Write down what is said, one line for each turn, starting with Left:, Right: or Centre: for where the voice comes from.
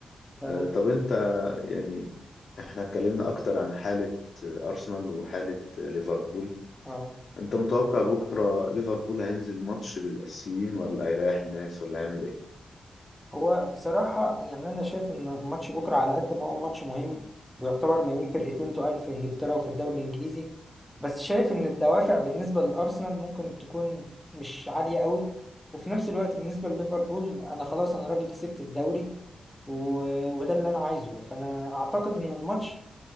Centre: تمام
Left: آه، طب أنت يعني إحنا اتكلمنا أكتر عن حالة آه، أرسنال وحالة آه، ليفربول
Centre: اه
Left: أنت متوقع بكرة ليفربول هينزل ماتش بالأسيين ولا هيريح الناس ولا هيعمل إيه؟
Centre: هو بصراحة يعني أنا شايف إن ماتش بكرة على قد ما هو ماتش مهم ويعتبر ما بين فرقتين تقال في إنجلترا وفي الدوري الإنجليزي بس شايف إن الدوافع بالنسبة للأرسنال ممكن تكون مش عالية قوي وفي نفس الوقت بالنسبة لليفربول أنا خلاص أنا راجل كسبت الدوري و... وده اللي أنا عايزه فأنا أعتقد إن الماتش